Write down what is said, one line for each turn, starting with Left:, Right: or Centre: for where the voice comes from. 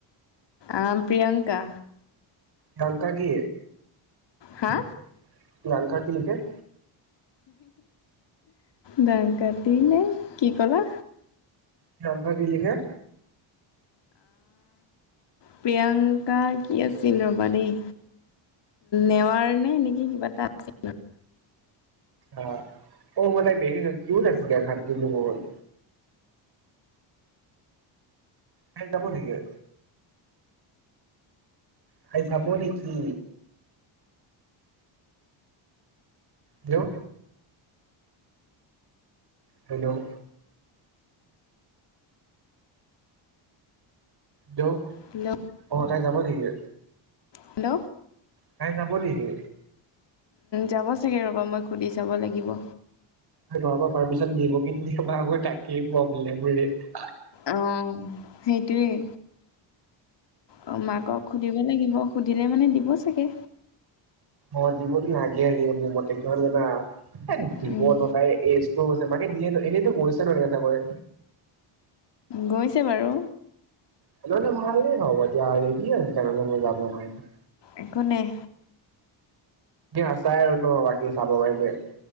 Left: আ, প্ৰিয়ংকা।
Right: প্ৰিয়ংকা কি,
Left: হা
Right: প্ৰিয়ংকা কি লিখে?
Left: দাম কাটিলে। কি কলা?
Right: প্ৰিয়ংকা কি লিখে?
Left: প্ৰিয়ংকা কি আছিল ৰ'বা দেই, নেৱাৰ নে নেকি কিবা এটা আছিল।
Right: অ'-অ', মই তাইক দেখিছোঁ। ক্যুত আছে দেখাত কিন্তু বহুত। াই <unintelligible> যাব নেকি? খাই চাব নেকি? হেল্ল'? হেল্ল'? হেল্ল',
Left: আছিলে
Right: অ', তাই যাব নেকি?
Left: হেল্ল'?
Right: তাই যাব নেকি?
Left: যাব চাগৈ ৰ'বা মই সুধি চাব লাগিব।
Right: তাই ঘৰৰ পৰা পাৰ্মিচন দিব কি নিদিব বা তাকেই প্ৰব্লেম।
Left: অ', সেইটোৱেই অ, মাকক সুধিব লাগিব। সুধিলে মানে দিব চাগে।
Right: অ', দিবতো লাগে হ মোৰ মতে কিয় জানা? এ দিব
Left: উম
Right: ন তাই এইজো মাকে দিয়ে ন এনেতো গৈছে ন <unintelligible> কয়?
Left: গৈছে বাৰু।
Right: <unintelligible> হ'ব দিয়া, ৰেডী আৰু তাৰমানে মই যাব কাৰনে।
Left: একো নাই।
Right: আছাই আৰু ন বাকী চাব কাৰনে।